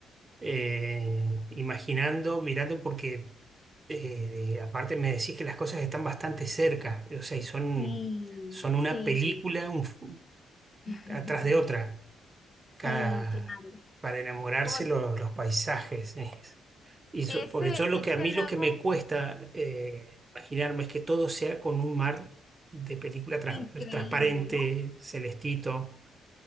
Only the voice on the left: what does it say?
Sí,
sí.
<laughs>
Sí,
claro.
Como
ese,
este
lago
increíble,
¿no?